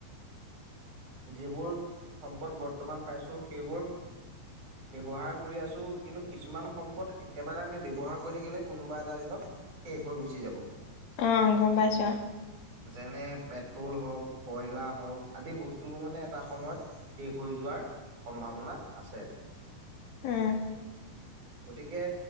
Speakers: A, on the right; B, on the left.
A: যিবোৰ সম্পদ বৰ্তমান পাইছো সেইবোৰ ব্যৱহাৰ কৰি আছো কিন্তু কিছুমান সম্পদ একেবাৰে আমি ব্যৱহাৰ কৰি থাকিলে কোনোবা এটা দিনত শেষ হৈ গুচি যাব
B: অ', গম পাইছো
A: যেনে পেট্ৰল হওক কয়লাৰ হওক আদি বস্তুবোৰ মানে এটা সময়ত শেষ হৈ যোৱাৰ সম্ভাৱনা আছে
B: উম,
A: গতিকে।